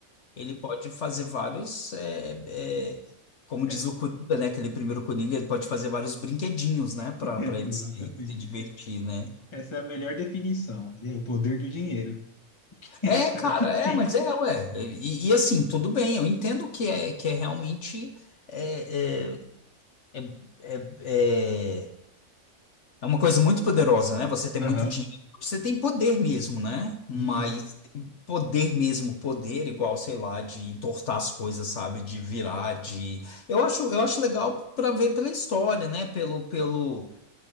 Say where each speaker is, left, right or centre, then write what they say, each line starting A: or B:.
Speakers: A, on the left; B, on the left.
A: Ele pode fazer vários, é, é, como
B: Essa-
A: diz o Coringa, né? Aquele primeiro Coringa, ele pode fazer vários brinquedinhos, né?
B: <laughs>
A: Pra, pra ele se, se divertir,
B: Exatamente.
A: né?
B: Essa é a melhor definição, né? O poder do dinheiro. <laughs>
A: É, cara,
B: É o que tem.
A: é, mas é, ué. E, e assim, tudo bem, eu entendo que é, que é realmente. É, é, é, é, é é uma coisa muito poderosa, né? Você tem
B: Aham.
A: muito dinheiro, você tem poder mesmo, né? Mas.
B: E
A: poder mesmo, poder igual, sei lá, de entortar as coisas, sabe, de virar, de Eu acho, eu acho legal para ver pela história, né, pelo pelo